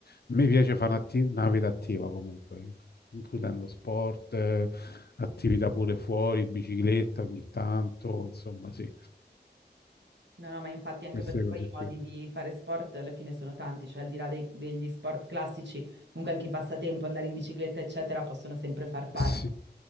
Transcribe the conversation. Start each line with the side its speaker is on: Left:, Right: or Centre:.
Left: Mi piace fare un'atti- una vita attiva comunque, includendo sport, eh, attività pure fuori, bicicletta ogni tanto, insomma sì.
Right: No, no, ma infatti anche
Left: Queste
Right: perché
Left: cose
Right: poi i modi
Left: qui.
Right: di fare sport alla fine sono tanti, cioè al di là dei- degli sport classici, comunque anche i passatempo, andare in bicicletta, eccetera, possono sempre far parte
Left: Sì.